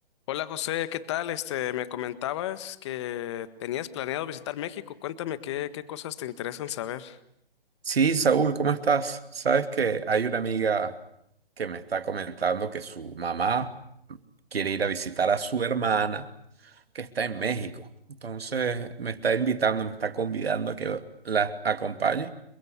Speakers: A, on the left; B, on the right.
A: Hola José, ¿qué tal? Este, me comentabas que tenías planeado visitar México. Cuéntame qué, qué cosas te interesan saber.
B: Sí, Saúl, ¿cómo estás? Sabes que hay una amiga que me está comentando que su mamá quiere ir a visitar a su hermana que está en México. Entonces me está invitando, me está convidando a que la acompañe